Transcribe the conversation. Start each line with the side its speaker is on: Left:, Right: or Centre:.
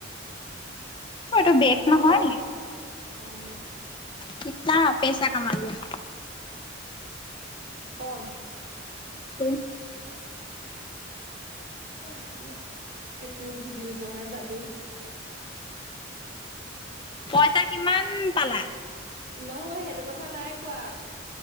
Left: এইটো বেগ
Right: আহিব
Left: ন হয়
Right: ৰ'বা
Left: নি
Right: অকমান দেৰিকে
Left: কিতনা পেচা কমা লিয়া
Right: কণ
Left: তোম
Right: ম নাজানো একো বুজিও পোৱা নাই বাজেও
Left: পইচা কিমান পালা
Right: নহয় সেইটো কথা নাই কোৱা